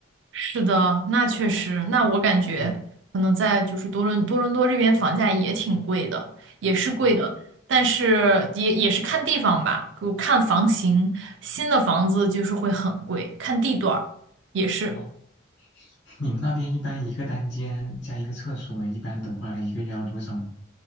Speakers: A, on the right; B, on the left.
A: 是的，那确实，那我感觉可能在就是多伦多伦多这边房价也挺贵的，
B: 对，
A: 也是贵的，
B: 哦
A: 但是也也是看地方吧，就看房型，新的房子就是会很贵，看地段儿也是。
B: 哦，你们那边一般一个单间加一个厕所，一般的话一个月要多少呢？